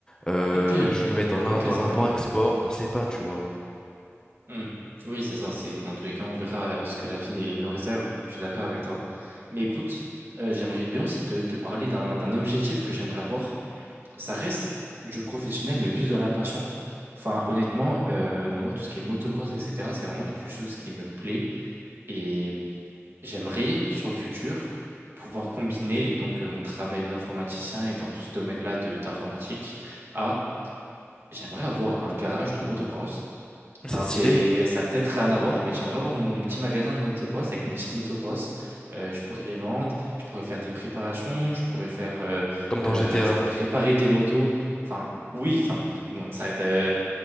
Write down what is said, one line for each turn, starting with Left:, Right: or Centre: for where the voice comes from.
Left: Euh,
Right: Ok,
Left: je me mets dans l'im-
Right: ok,
Left: dans
Right: c'est
Left: l'import-export,
Right: fou.
Left: on sait pas, tu vois.
Right: Hmm. Oui, c'est ça. C'est dans tous les cas, on verra euh, ce que la vie nous réserve. Je suis d'accord avec toi. Mais écoute, euh, j'aimerais bien aussi te, te parler d'un d'un objectif que j'aimerais avoir. Ça reste du professionnel, mais plus de la passion. Enfin, honnêtement, euh, moi, tout ce qui est motocross, etc., c'est vraiment quelque chose qui me plaît. et J'aimerais, sur le futur, pouvoir combiner donc euh, mon travail d'informaticien et dans tout ce domaine-là de- d'informatique à, j'aimerais avoir un garage de motocross. Enfin,
Left: C'est stylé,
Right: c'est, ça a peut-être rien à voir, mais j'aimerais avoir mon petit magasin de motocross avec mes petites motocross. Euh, je pourrais les vendre, je pourrais faire des préparations, je pourrais faire, euh,
Left: comme dans
Right: euh,
Left: GTA.
Right: je pourrais réparer des motos. Enfin, oui, enfin, bon, ça reste, euh,